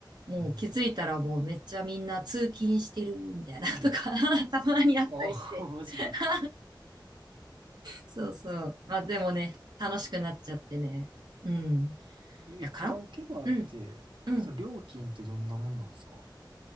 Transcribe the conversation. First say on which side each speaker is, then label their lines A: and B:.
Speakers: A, on the right (about 60°); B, on the right (about 80°).
A: もう気づいたらもうめっちゃみんな通勤してるみたいなとか
B: んうん。うん。
A: <laughs> たまにあったりして。
B: ああ、<laughs> マジで。
A: <laughs> そうそう。まあでもね、楽しくなっちゃってね。うん。い
B: え、
A: や、
B: カラオケバーって、
A: カラうん、うん。
B: その料金ってどんなもんなんすか